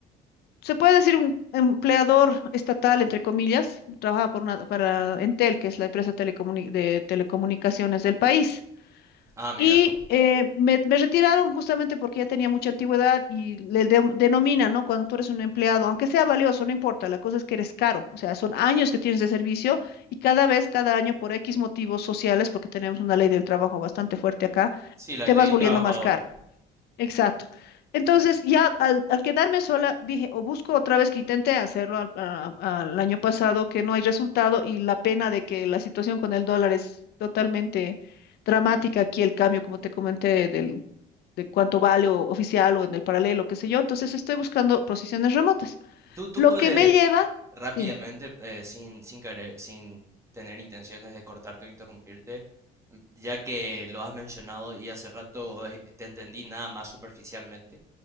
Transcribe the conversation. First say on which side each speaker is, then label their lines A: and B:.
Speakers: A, on the left; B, on the right.
A: se puede decir un empleador estatal, entre comillas, trabajaba por una- para Entel, que es la empresa telecomunic- de telecomunicaciones del país.
B: Ah, mira
A: Y
B: tú.
A: eh, me, me retiraron justamente porque ya tenía mucha antigüedad y le de- denomina, ¿no? Cuando tú eres un empleado, aunque sea valioso, no importa, la cosa es que eres caro, o sea, son años que tienes de servicio y cada vez, cada año, por X motivos sociales, porque tenemos una ley del trabajo bastante fuerte acá,
B: Sí, la
A: te
B: ley
A: vas
B: del
A: volviendo
B: trabajador.
A: Mira, más caro. Exacto. Entonces, ya al, al quedarme sola, dije, o busco otra vez que intenté hacerlo al, a- a- al año pasado, que no hay resultado y la pena de que la situación con el dólar es totalmente dramática aquí, el cambio, como te comenté, del, de cuánto vale o oficial o en el paralelo, qué sé yo. Entonces, estoy buscando posiciones remotas.
B: Tú, tú
A: Lo
B: puedes
A: que me lleva,
B: rápidamente,
A: dime,
B: eh, sin, sin querer, sin tener intenciones de cortarte o interrumpirte, m- ya que lo has mencionado y hace rato eh, te entendí nada más superficialmente.